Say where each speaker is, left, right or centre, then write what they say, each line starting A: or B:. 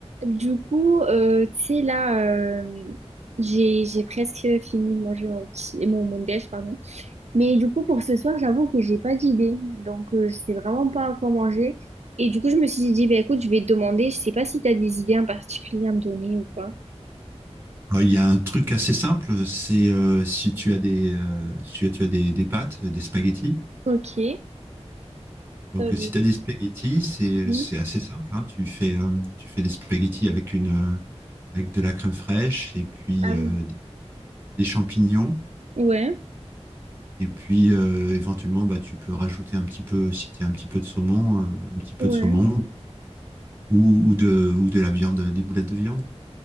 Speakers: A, on the right; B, on the right.
A: Du coup, euh, tu sais, là, euh, j'ai, j'ai presque fini de manger mon petit, mon, mon déj, pardon. Mais du coup, pour ce soir, j'avoue que j'ai pas d'idée. Donc, euh, je sais vraiment pas à quoi manger. Et du coup, je me suis dit, bah, écoute, je vais te demander, je sais pas si t'as des idées en particulier à me donner ou pas.
B: Euh, Il y a un truc assez simple, c'est euh, si tu as des, euh, si tu as des, des pâtes, des spaghettis.
A: Ok.
B: Donc,
A: Euh,
B: euh, si tu as des spaghettis, c'est,
A: oui.
B: c'est assez simple, hein. Tu fais, euh, tu fais des spaghettis avec une, euh, avec de la crème fraîche et puis
A: Ah
B: euh,
A: oui.
B: des, des champignons.
A: Ouais,
B: Et puis, euh, éventuellement, bah, tu peux rajouter un petit peu, si tu as un petit peu de saumon, euh, un petit peu
A: ouais.
B: de saumon ou, ou de, ou de la viande, des boulettes de viande.